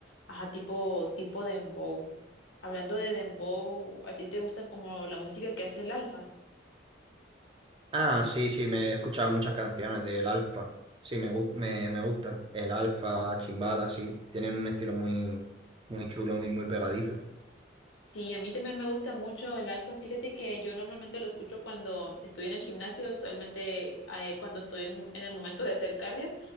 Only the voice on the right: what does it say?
Ah, sí, sí, me he escuchado muchas canciones del Alfa. Sí, me, gu- me, me gusta. El Alfa, Chimbala, sí, tienen un estilo muy, muy chulo y muy pegadizo.